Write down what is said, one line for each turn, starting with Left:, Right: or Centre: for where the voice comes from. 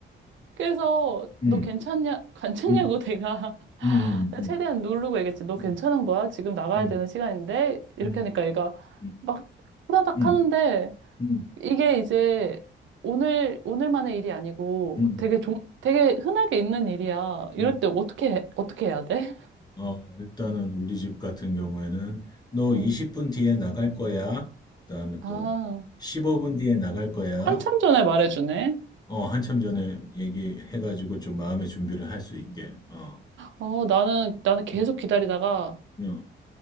Right: 그래서
Left: 음,
Right: 너 괜찮냐, 괜찮냐고
Left: 음,
Right: 내가
Left: 음,
Right: <laughs> 내가
Left: 음,
Right: 최대한 누르고 얘기했지. 너
Left: 음,
Right: 괜찮은 거야? 지금 나가야
Left: 음,
Right: 되는 시간인데? 이렇게
Left: 음,
Right: 하니까 얘가
Left: 음,
Right: 막 후다닥
Left: 음,
Right: 하는데
Left: 음,
Right: 이게 이제 오늘, 오늘만의 일이 아니고
Left: 음,
Right: 되게 종, 되게 흔하게 있는 일이야. 이럴
Left: 음.
Right: 때 어떻게,
Left: 음.
Right: 해- 어떻게 해야 돼?
Left: 어, 일단은 우리 집 같은 경우에는 너 20분
Right: 음.
Left: 뒤에 나갈 거야. 그다음에
Right: 아,
Left: 또 15분 뒤에 나갈 거야.
Right: 한참 전에 말해주네.
Left: 어, 한참 전에 얘기해가지고 좀 마음의 준비를 할 수 있게. 어,
Right: 어, 나는, 나는 계속
Left: 응,
Right: 기다리다가
Left: 응,